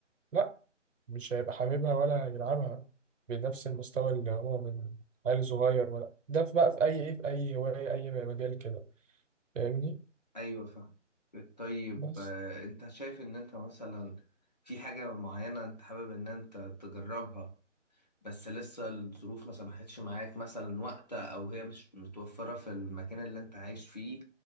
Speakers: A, on the right; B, on the left.
A: لا مش هيبقى حاببها ولا يلعبها بنفس المستوى اللي هو من عيل صغير ولا ده في بقى في أي إيه في أي هواية أي مجال كده فاهمني
B: ايوه فاهم طيب
A: بس
B: آه، انت شايف ان انت مثلا في حاجة معينة انت حابب ان انت تجربها بس لسه الظروف ما سمحتش معاك مثلا وقت او هي مش متوفرة في المكان اللي انت عايش فيه